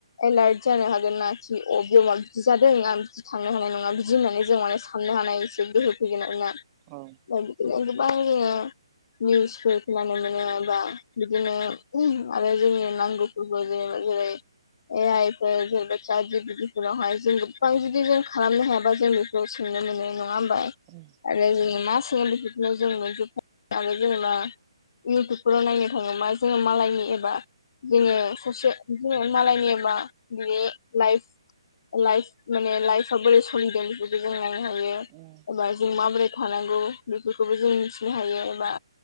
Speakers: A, on the left; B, on the right.
A: एलार्ट जानो हागोन नाखि अ बेयाव माबा बि जादों आं बिदि थांनो हानाय नङा बिदि होननानै जों माने साननो हानाय एसे गोहो फैगोन आरोना
B: औ
A: ओमफ्राय गोबां जोङो निउसफोर खोनानो मोन दोंबा बिदिनो आरो जोंनि नांगौफोरखौ जेनेबा जेरै ए आइ फोर जेनेबा चाट जि पि डि फोरावहाय जों गोबां जुदि जों खालामनो हायाबा जोंनि बेखौ सोंनो मोनो नङा होनबा
B: उम
A: आरो जोङो मा सोङो बेफोरखौनो जों आरो जेनेबा इउटुबफोराव नायनो थाङोबा जोङो मालायनि एबा जोङो सासे जोङो मालायनिबा बिनि लाइफ लाइफ माने लाइफ बोरै सलिदों बिदि जों नायनो हायो एबा
B: उम
A: जों माबोरै थानांगौ बेफोरखौबो जों मिथिनो हायो एबा